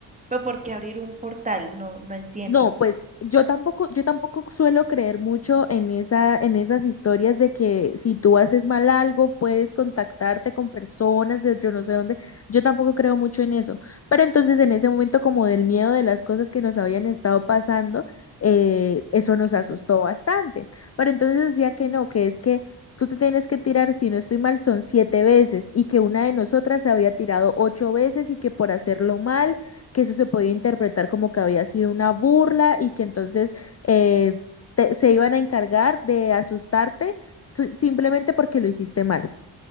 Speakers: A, on the right; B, on the left.
A: pero ¿por qué abrir un portal? No, no entiendo.
B: No, pues yo tampoco, yo tampoco suelo creer mucho en esa, en esas historias de que si tú haces mal algo, puedes contactarte con personas de yo no sé dónde. Yo tampoco creo mucho en eso. Pero entonces en ese momento como del miedo de las cosas que nos habían estado pasando, eh, eso
A: Mm,
B: nos
A: Claro.
B: asustó bastante. Pero entonces decía que no, que es que tú te tienes que tirar, si no estoy mal, son siete veces y que una de nosotras se había tirado ocho veces y que por hacerlo mal que eso se podía interpretar como que había sido una burla y que entonces eh, te- se iban a encargar de asustarte su- simplemente porque lo hiciste mal.